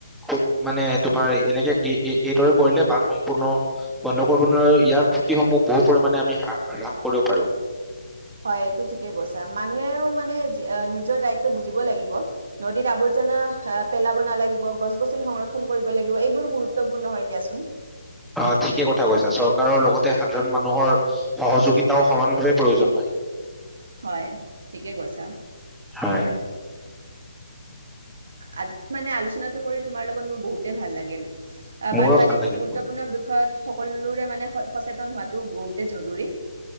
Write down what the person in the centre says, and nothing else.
খু মানে তোমাৰ এনেকে এ এই এইদৰে কৰিলে বান সম্পূৰ্ণ বন্ধ কৰিব নোৱাৰিলে ইয়াৰ ক্ষতিসমূহ বহু পৰিমণে আমি হ হ্ৰাস কৰিব পাৰো
অ ঠিকে কথা কৈছা চৰকাৰৰ লগত সাধাৰণ মানুহৰ সহযোগিতাও সমানভাৱে প্ৰয়োজন হয়
হয়
মোৰো
ভাল লাগিল